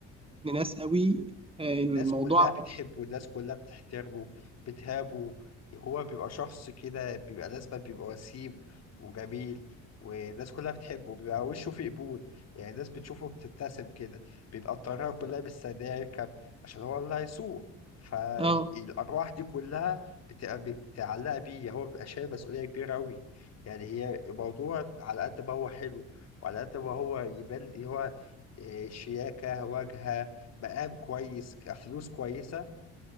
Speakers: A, on the right (about 15°); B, on the left (about 55°).
A: ابن ناس قوي آه
B: الناس
A: الموضوع
B: كلها بتحبه الناس كلها بتحترمه بتهابه هو بيبقى شخص كده بيبقى لازما بيبقى وسيم وجميل والناس كلها بتحبه بيبقى وشه فيه قبول يعني الناس بتشوفه بتبتسم كده بيبقى الطيارة كلها مستنية يركب عشان هو اللي هيسوق فالأرواح
A: أه
B: دي كلها بتبقى متعلقة بيه هو بيبقى شايل مسؤولية كبيرة أوي يعني هي الموضوع على قد ما هو حلو وعلى قد ما هو يبان هو آه، شياكة واجهة مقام كويس كفلوس كويسة